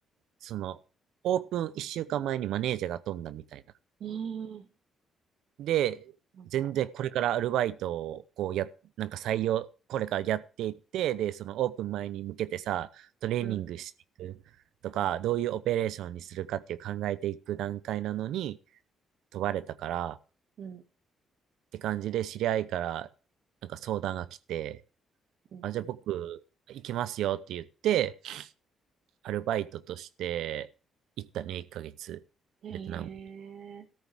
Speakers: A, on the right (about 80°); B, on the right (about 65°).
A: その、オープン1週間前にマネージャーが飛んだみたいな
B: ええ、
A: で、
B: やば。
A: 全然これからアルバイトをこうや、なんか採用、これからやっていって、で、そのオープン前に向けてさ、トレーニングしていくとか、
B: うん。うん。
A: どういうオペレーションにするかっていう考えていく段階なのに問われたからっ
B: うん。
A: て感じで知り合いからなんか相談が来て、
B: うん。
A: あ、じゃあ僕行きますよって言って、
B: うん
A: アルバイトとして行ったね、1ヶ月。
B: へえ、
A: ベトナム。